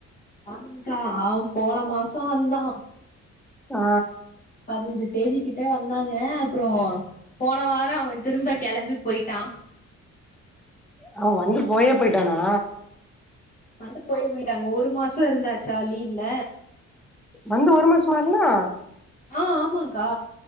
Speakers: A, on the left (about 25°); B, in the centre.
A: ஆமாங்கா அவ போன மாச வந்தா
B: ஆ
A: பதினஞ்சு தேதி கிட்ட வந்தாங்க அப்றோ போன வார அவ திரும்ப கெளம்பி போயிட்டா
B: அவ வந்து போயே பொய்ட்டானா
A: வந்து போயே பொயிட்டாங்க ஒரு மாசோ இருந்தாச்சா லீவ்ல
B: வந்து ஒரு மாசம்மா இருந்தா
A: அ ஆமாகா